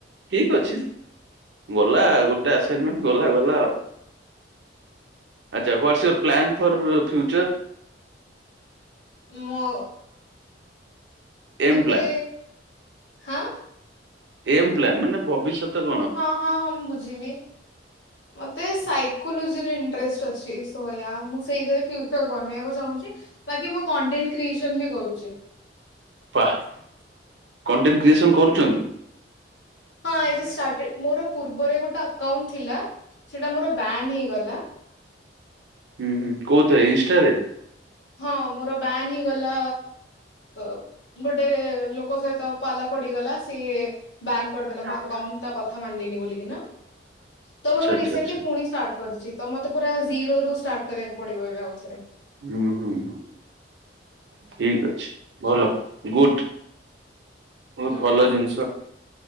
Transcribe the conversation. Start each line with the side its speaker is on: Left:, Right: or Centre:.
Right: ଠିକ ଅଛି ଗଲା ଗୋଟେ ଆସନମେଣ୍ଟ ଗଲା, ଗଲା ଆଉ। ଆଚ୍ଛା what's your plan for future?
Left: ମଁ
Right: ଏମ୍
Left: ମତେ
Right: ପ୍ଲାନ୍
Left: ହାଁ,
Right: ଏମ ପ୍ଲାନ୍ ମାନେ ଭବିଷ୍ୟତ କଣ?
Left: ହଁ, ହଁ, ହଁ ମୁଁ ବୁଝିଲି। ମତେ ସାଇ ସାଇକ୍ଲୋଲଜିରେ ଇଣ୍ଟ୍ରେଷ୍ଟ ଅଛି। ସୋୟା ମୁଁ ସେଇଥିରେ ଫ୍ୟୁଚର ବନେଇବାକୁ ଚାହୁଁଛି। ବାକି ମୁଁ କଣ୍ଟେଣ୍ଟ କ୍ରିଏସନ ବି କରୁଛି।
Right: ବୋପା କଣ୍ଟେଣ୍ଟକ୍ରିଏସନ କରୁଛନ୍ତି?
Left: ହଁ ଏ ଷ୍ଟାଷ୍ଟ ମୋର ପୂର୍ବରେ ଗୋଟେ ଆକାଉଣ୍ଟ ଥିଲା ସେଟା ମୋର ବାନ୍ ହେଇଗଲା।
Right: ହୁଁ, ହୁଁ କେଉଁଥିରେ ଇନଷ୍ଟାରେ?
Left: ହଁ ମୋର ବ୍ୟାନ ହେଇଗଲା ଅ ଗୋଟେ ଲୋକ ସହିତ ପାଲା ପଡିଗଲା ସିଏ ବ୍ୟାନ୍ କରିଦେଲା
Right: ଆଚ୍ଛା ଆଚ୍ଛା
Left: ମୋ ଆଉଣ୍ଟ ଟା, ତା କଥା ମାନିଲିନି ବୋଲି କି ନା, ତ ମୁଁ ଏବେ
Right: ଆଚ୍ଛା
Left: ରିସେଣ୍ଟେଲି ପୁଣି ଷ୍ଟାଟ କରିଛି। ତ ମତେ ପୁରା ଜିରୋ ରୁ ଷ୍ଟାର୍ଟ କରିବାକୁ ପଡିବ ଏବେ ଆଉଥରେ?
Right: <unintelligible> ହୁଁ ଠିକ ଅଛି। ଭଲ, ଗୁଡ୍। ବହୁତ
Left: ହୁଁ।
Right: ଭଲ ଜିନିଷ